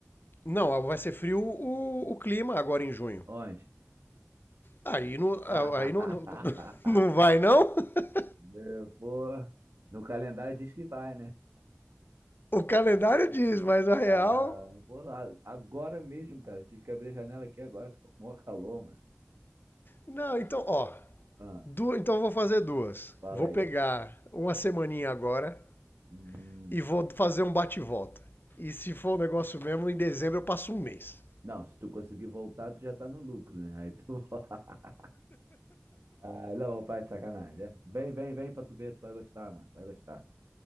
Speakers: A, on the left; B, on the right.
A: Não, vai ser frio o, o clima agora em junho.
B: Onde?
A: Aí não,
B: <laughs>
A: aí não, não, <laughs> não vai, não? <laughs>
B: Meu, Pô, no calendário diz que vai, né?
A: O calendário diz, mas
B: Ah,
A: a real.
B: pô, a- agora mesmo, cara, tive que abrir a janela aqui agora que tô com o maior calor, mano.
A: Não, então, ó.
B: Ah,
A: Du... Então eu vou fazer duas.
B: fala
A: Vou
B: aí.
A: pegar uma semaninha agora
B: Hum,
A: e vou fazer um bate-volta. E se for um negócio mesmo, em dezembro eu passo um mês.
B: não, se tu conseguir voltar, tu já tá no lucro, né? Aí tu... <laughs> Ah, não, vou falar de sacanagem. É, Vem, vem, vem pra tu ver, tu vai gostar, mano, tu vai gostar.